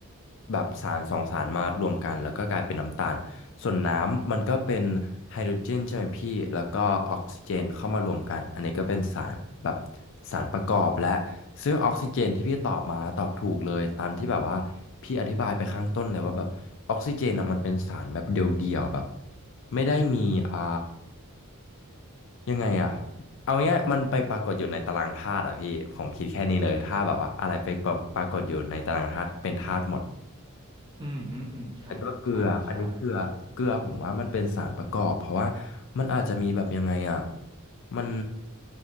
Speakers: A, on the left (about 60°); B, on the right (about 20°).
A: แบบสารสองสารมารวมกันแล้วก็กลายเป็นน้ำตาลส่วนน้ำมันก็เป็นไฮโดรเจนใช่ไหมพี่แล้วก็ออกซิเจนเข้ามารวมกันอันนี้ก็เป็นสารแบบสารประกอบและซึ่งออกซิเจนที่พี่ตอบมาตอบถูกเลยตามที่แบบว่าพี่อธิบายไปข้างต้นเลยว่าแบบออกซิเจนอ่ะมันเป็นสารแบบเดียวๆแบบไม่ได้มีอ่า ยังไงอ่ะเอาง่ายๆมันไปปรากฏอยู่ในตารางธาตุอ่ะพี่ผมคิดแค่นี้เลยถ้าแบบว่าอะไรไปปรปรากฏอยู่ในตารางธาตุเป็นธาตุหมด
B: อืมฮึอืมใช่ครับใช่ใช่
A: แล้วก็เกลืออันนี้เกลือเกลือผมว่ามันเป็นสารประกอบเพราะว่ามันอาจจะมีแบบยังไงอ่ะมัน